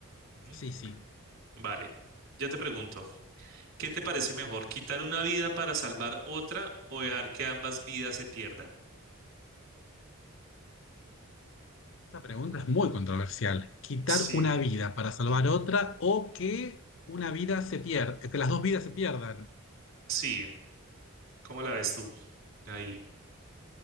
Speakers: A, on the right; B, on the left.
A: Ujú.
B: Sí, sí.
A: Vale, yo te pregunto, ¿qué te parece mejor, quitar una vida para salvar otra o dejar que ambas vidas se pierdan?
B: Esta pregunta es muy controversial. ¿Quitar
A: Sí,
B: una vida para salvar otra o que una vida se pierda, que las dos vidas se pierdan?
A: sí, ¿cómo la ves tú ahí?